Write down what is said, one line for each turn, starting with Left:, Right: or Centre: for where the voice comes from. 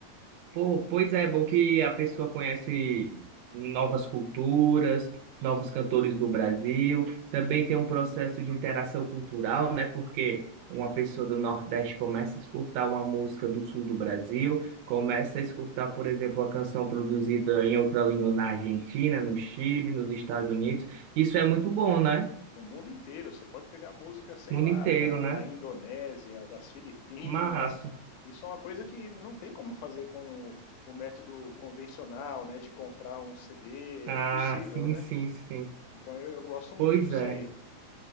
Right: Pô, pois é, é bom que a pessoa conhece novas culturas, novos cantores do Brasil. Também tem um processo de interação cultural, né? Porque uma pessoa do Nordeste começa a escutar uma música do Sul do Brasil, começa a escutar, por exemplo, uma canção produzida em outra língua na Argentina, no Chile, nos Estados
Left: Tem
Right: Unidos. Isso é muito bom, né?
Left: no mundo inteiro, você pode pegar música, sei
Right: Mundo
Left: lá,
Right: inteiro,
Left: da,
Right: né?
Left: da Indonésia, das Filipinas.
Right: Massa.
Left: Isso é uma coisa que não tem como fazer com o, o método convencional, né? De comprar um CD,
Right: Ah,
Left: é impossível,
Right: sim,
Left: né?
Right: sim, sim.
Left: Então eu, eu gosto muito
Right: Pois
Left: disso
Right: é.
Left: aí.